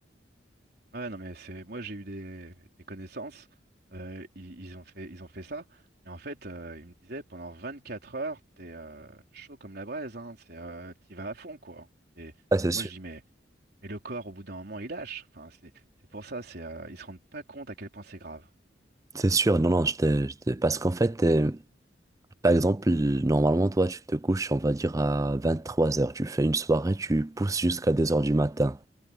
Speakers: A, on the right; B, on the right.
A: ouais, non, mais c'est, moi j'ai eu des, des connaissances, euh, ils, ils ont fait, ils ont fait ça, mais en fait, euh, ils me disaient pendant 24 heures, t'es euh, chaud comme la braise, hein, c'est, euh, t'y vas à fond, quoi. Et
B: Ah, c'est
A: moi
B: sûr.
A: je dis, mais, mais le corps, au bout d'un moment, il lâche. Enfin, c'est, c'est pour ça, c'est, euh, ils se rendent pas compte à quel point c'est grave.
B: C'est sûr, non, non, je te, je te- parce qu'en fait, euh, Par exemple, normalement, toi, tu te couches, on va dire, à 23 heures. Tu fais une soirée, tu pousses jusqu'à deux heures du matin.